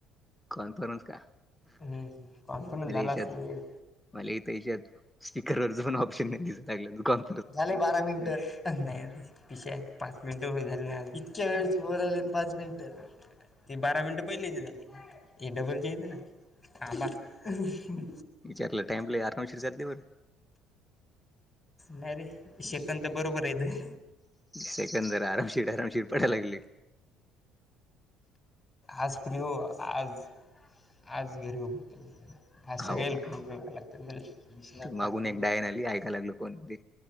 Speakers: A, in the centre; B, on the left.
A: कॉन्फरन्स का?
B: हम् काॅन्फरन्स
A: मला
B: झाला
A: याच्यात
B: असेल
A: मला इथं याच्यात स्पीकरवरचं पण ऑप्शन नाही दिसू लागलं दुकान
B: झाले बारा मिनटं नाही आजून पीशा पाच मिनिटं हो ना झाले आजून इतक्या वेळ बोलायले आणि पाच मिनिटं ते बारा मिनिटं पहिलेचे झाले ए डबल चे ना हा म
A: विचारलं टाईमला आरामशीर चालते बरं
B: नाही रे सेकंत तर बरोबर यतं
A: सेकंद जरा आरामशीर आरामशीर पडायला लागले
B: आज फ्री हो आज आज घरी <unintelligible> हा सगळेईल
A: हो का
B: फोन कराय लागते मले मिशनत
A: ते मागून
B: टाकते
A: एक
B: सांग
A: डायन आली ऐका लागलो कोण ते